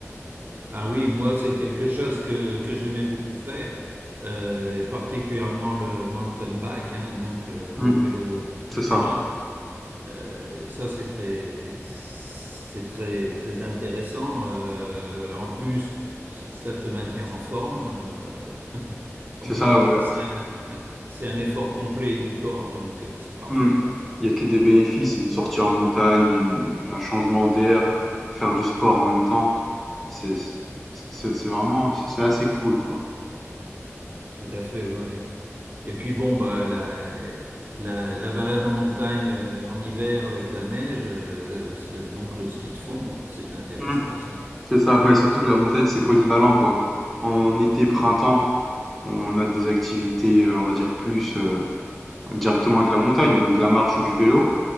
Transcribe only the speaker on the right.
Ah oui, moi, c'est quelque chose que, que j'aimais beaucoup faire, euh, et particulièrement le mountain bike, hein, donc le, le
vélo tout-terrain.
Euh, et ça, c'est très, c'est très, très intéressant. Euh, en plus, ça te maintient en forme. euh, <laughs>
on peut
pas.
C'est un, un- c'est un effort complet du corps, donc euh, c'est parfait.
Tout à fait, oui. Et puis bon, bah, la, la, la balade en montagne euh, en hiver avec la neige, euh, c'est donc le ski de fond, c'est intéressant
aussi.